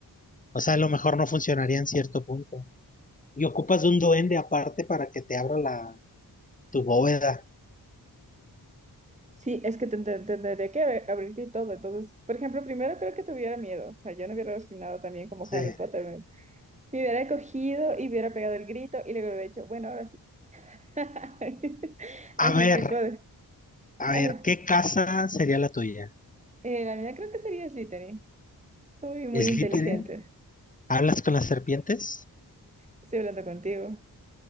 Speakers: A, on the left; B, on the right.
A: O sea, a lo mejor no funcionaría en cierto punto. Y ocupas de un duende aparte para que te abra la, tu bóveda.
B: Sí, es que te, te- te- tendría que abrir- abrirte y todo. Entonces, por ejemplo, primero creo que tuviera miedo. O sea, yo no hubiera resignado también como
A: Sí.
B: Harry Potter. Me, me hubiera cogido y hubiera pegado el grito y luego hubiera dicho, bueno, ahora sí. <laughs>
A: A
B: Así
A: ver,
B: tipo de...
A: a
B: así-
A: ver, ¿qué casa sería la tuya?
B: eh, la mía creo que sería Slytherin. Soy muy
A: ¿Slytherin?
B: inteligente.
A: ¿Hablas con las serpientes?
B: Estoy hablando contigo.